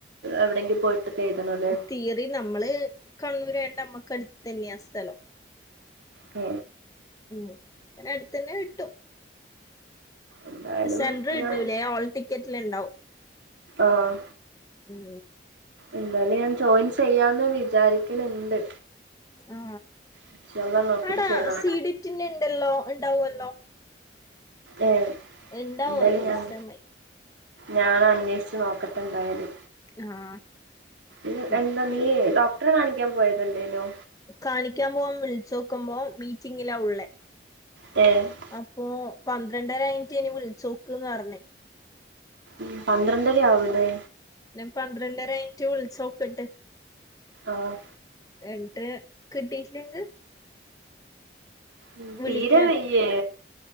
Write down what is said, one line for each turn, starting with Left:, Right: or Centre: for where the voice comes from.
Right: എവിടെയെങ്കിലും പോയിട്ടൊക്കെ എഴുതണല്ലെ
Left: തിയറി നമ്മള് കണ്ണൂരായിട്ട് അമ്മക്ക് അടുത്ത് തന്നെയാസ്ഥലം
Right: ഉ
Left: ഉം അന അടുത്ത്ന്നെ കിട്ടും
Right: എന്തായാലും
Left: സെന്റർ കിട്ടൂലേ
Right: ഞാൻ
Left: ഓൾ ടിക്കറ്റിൽണ്ടാവും
Right: ആഹ്
Left: ഉം
Right: എന്തായാലും ഞാൻ ജോയിൻ ചെയ്യാന്ന് വിചാരിക്കണുണ്ട്
Left: ആ
Right: ഇൻഷാല്ല നോക്കിയിട്ട്
Left: അടാ
Right: ചെയ്യണം
Left: സീഡിറ്റിന്റെ ഉണ്ടല്ലോ ഉണ്ടാവൊല്ലോ
Right: ഏ
Left: ഇണ്ടാവും
Right: എന്തായാലും
Left: അന്വേഷിച്ചാമതി
Right: ഞാൻ ഞാന അന്വേഷിച്ച് നോക്കട്ടെ ഉണ്ടായാല്
Left: ആഹ്
Right: ഇ
Left: ഉം
Right: എന്താ നീ ഡോക്ടറെ കാണിക്കാൻ പോയതല്ലേനോ
Left: കാണിക്കാൻ പോം വിളിച്ചോ ക്കുമ്പൊ മീറ്റിങ്ങിലാ ഉള്ളേ
Right: അ <unintelligible>
Left: അപ്പൊ പന്ത്രണ്ടരഴിഞ്ഞിട്ട് ഇനി വിളിച്ച് നോക്ക്ന്ന് പറഞ്ഞ്
Right: ഉ പന്ത്രണ്ടര ആവൂല്ലേ
Left: ഞാൻ പന്ത്രണ്ടരഴിഞ്ഞിട്ട് വിളിച്ചോക്കട്ട്
Right: ആഹ്
Left: എന്നിട്ട് കിട്ടിട്ടില്ലെങ്കിൽ
Right: ഉ തീരെ
Left: വിളിക്കാൻ
Right: വയ്യേ